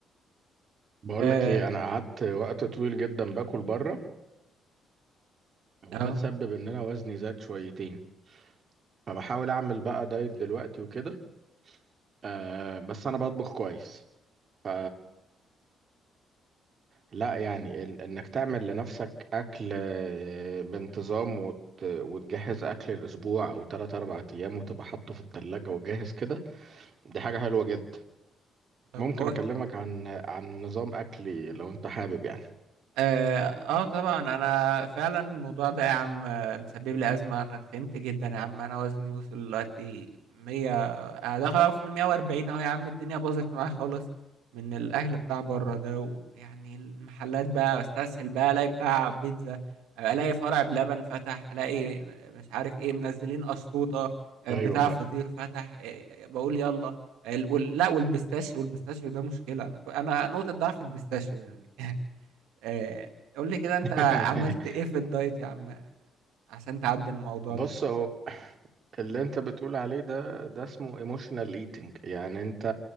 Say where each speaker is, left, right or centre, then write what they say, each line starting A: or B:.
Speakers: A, on the right; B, on the right.
A: بقول
B: اه
A: لك ايه انا قعدت وقت طويل جدا باكل بره وده
B: اه
A: تسبب ان انا وزني زاد شويتين فبحاول اعمل بقى دايت دلوقتي وكده أه بس انا بطبخ كويس ف لا يعني إن- انك تعمل لنفسك اكل آه، بانتظام وت... وتجهز اكل الاسبوع او 3 4 ايام وتبقى حاطه في التلاجة وجاهز كده دي حاجة حلوة جدا
B: طب
A: ممكن
B: كويس
A: اكلمك عن عن نظام اكلي لو انت حابب يعني
B: آه, اه طبعا انا فعلا الموضوع ده يا عم آه، مسبب لي ازمه انا تخنت جدا يا عم انا وزني وصل دلوقتي 100 انا داخل في ال 140 اهو يا عم الدنيا باظت معايا خالص من الاكل بتاع بره ده ويعني المحلات بقى استسهل بقى الاقي بتاع بيتزا الاقي فرع بلبن فتح الاقي مش عارف ايه منزلين اسطوطه آه،
A: ايوه
B: بتاع
A: بقى
B: فطير فتح آه، آه، بقول يلا ال- وال- لا والبيستاشيو والبيستاشيو ده مشكله انا كو- انا نقطه ضعف البيستاشيو يعني آه، قول لي كده انت
A: <laughs>
B: عملت ايه في الدايت يا عم عشان تعدي الموضوع
A: بص
B: ده
A: اهو اللي انت بتقول عليه ده ده اسمه ايموشنال ايتنج يعني انت